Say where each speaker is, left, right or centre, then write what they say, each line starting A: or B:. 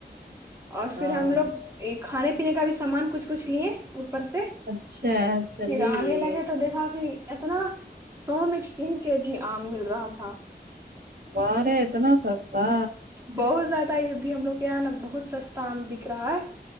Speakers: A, on the right; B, on the right.
A: اور پھر
B: ہاں
A: ہم لوگ یہ کھانے پینے کا بھی سامان کچھ کچھ لیے اوپر سے
B: اچھا چلیے
A: پھر آنے لگے تو دیکھا کہ اتنا سو میں تین کے جی آم مل رہا تھا
B: واہ رے اتنا سستا
A: بہت زیادہ یہ بھی ہم لوگ کے یہاں نا بہت سستا آم بک رہا ہے